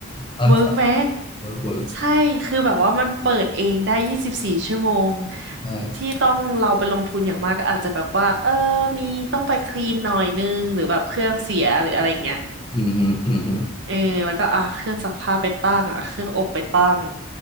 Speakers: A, on the left (about 25°); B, on the right (about 60°).
A: ร้านสับ
B: เวิร์กไหม
A: เวิร์กเวิร์ก
B: ใช่คือแบบว่ามันเปิดเองได้ยี่สิบสี่ชั่วโมง
A: ใช่
B: ที่ต้องเราไปลงทุนอย่างมากก็อาจจะแบบว่าเออมีต้องไปคลีนหน่อยนึงหรือแบบเครื่องเสียหรืออะไรเงี้ย
A: อืมฮึอืมฮึ
B: เออแล้วก็อ่ะเครื่องซักผ้าไปตั้งอ่ะเครื่องอบไปตั้ง